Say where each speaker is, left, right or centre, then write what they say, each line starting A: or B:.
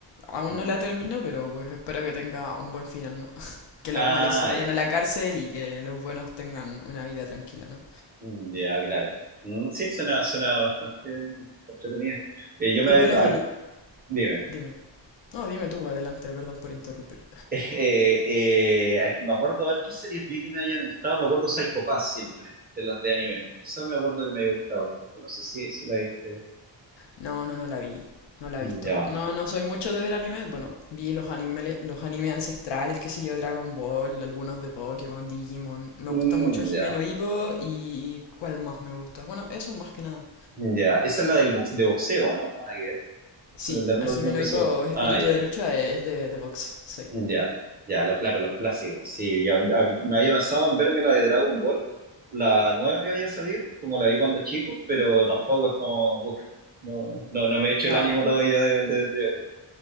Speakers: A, on the left (about 65°); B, on the right (about 20°).
A: Aún
B: Mm,
A: no la
B: Ya.
A: termino, pero pues espero que tenga un buen final, ¿no? <laughs> Que
B: Ah,
A: los malos se vayan
B: ya.
A: a la cárcel y que los buenos tengan una vida tranquila, ¿no?
B: Mm, Ya, claro. Mm, Sí, suena, suena bastante, bastante entretenida. Eh, yo me,
A: ¿Y
B: a
A: cuál
B: ver,
A: es el...?
B: dime.
A: Dime. No, dime tú, adelante, perdón por interrumpir.
B: <laughs> Eh, eh, me acuerdo a ver qué series vi que me hayan gustado. Me acuerdo Psycho Pass siempre, de las de anime. Eso me acuerdo que me había gustado bastante. No sé si, si la viste.
A: No, no, no la vi. No la he visto.
B: Ya.
A: No, no soy mucho de ver anime. Bueno, vi los animes, los animes ancestrales, qué sé yo, Dragon Ball, algunos de Pokémon, Digimon. Me
B: Mm,
A: gusta mucho Himeno
B: ya.
A: Hippo y... ¿Cuál más me gusta? Bueno, eso más que nada.
B: Mm, Ya. Esa es la del box, de boxeo, ¿no? Una que ver. Se
A: Sí,
B: me olvidaron
A: a
B: los
A: Jimeno
B: nombres
A: Hippo,
B: solo.
A: espíritu
B: Ah, ya.
A: de lucha eh, es de, de box, sí.
B: Ya, ya, lo, claro, los clásicos. Sí, ya, ya, me había pensado en verme la de Dragon Ball, la nueva que había salido, como la vi cuando chico, pero tampoco es como, uff, no, no, no me he hecho
A: La,
B: el ánimo todavía de, de, de verla.